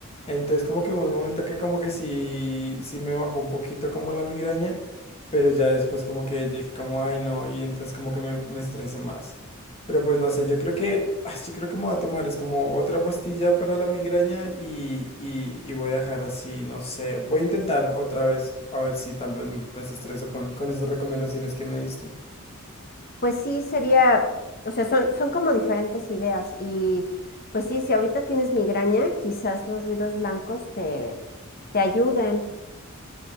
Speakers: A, on the left; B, on the left.
A: Entonces, como que hubo un momento que como que sí, sí me bajó un poquito como la migraña, pero ya después como que dije como, ay, no, y entonces como que me, me estresé más. Pero pues no sé, yo creo que, <laughs> ah, yo creo que me voy a tomar, es como otra pastilla para la migraña y, y, y voy a dejar así, no sé, voy a intentar otra vez, a ver si tal vez me estreso con, con esas recomendaciones que me diste.
B: Pues sí, sería, o sea, son, son como diferentes ideas y pues sí, si ahorita tienes migraña, quizás los ruidos blancos te, te ayuden.